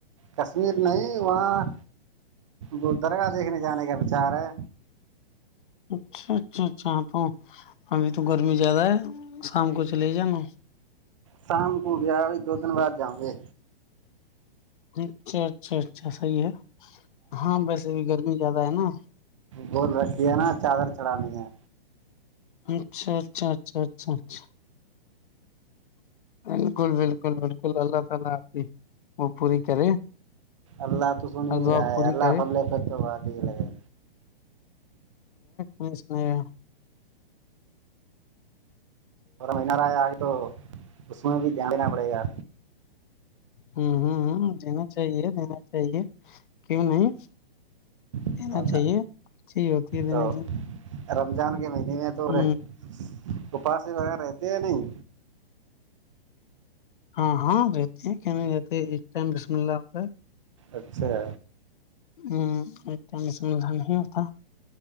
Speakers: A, on the right; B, on the left.
A: کشمیر نہیں وہاں بل درگاہ دیکھنے جانے کا بچار ہے
B: اچھا اچھا اچھا ہ تو ابھی تو گرمی زیادہ ہے شام کو چلے ہی جانا
A: شام کو گیا بھی دو دن بعد جاؤں گے
B: ج اچھا اچھا اچھا صحیح ہے ہاں ویسے بھی گرمی زیادہ ہے نا
A: بول رکھتی ہے نا چادر چڑھانی ہے
B: اچھا اچھا اچھا اچھا اچھا بالکل
A: اللہ تو سن
B: اور
A: ہی
B: دعا
A: رہا
B: پوری
A: ہے اللہ
B: کرے
A: فلے پ تو بات ہی لگے
B: م اسناا
A: پورا مہینہار ہے آئے تو اس میں بھی دھیان دینا پڑے گا
B: ہ ہوں ہ دینا چاہیے دینا چاہیے کیوں نہیں
A: گا
B: دینا چاہیے چی ہوتی ہے دینے
A: تو
B: کی
A: رمضان کے نہیں نہیںنے تو ہو
B: ہ
A: رہے تو پاس ہی وغیر رہتے یا نہیں
B: ہاں ہاں رہتے ہیں کیا نہیں رہتے ایک ٹم بسم اللہ ہوتا ہے
A: اچھا
B: ہ ا سے مھ نہیں ہوتا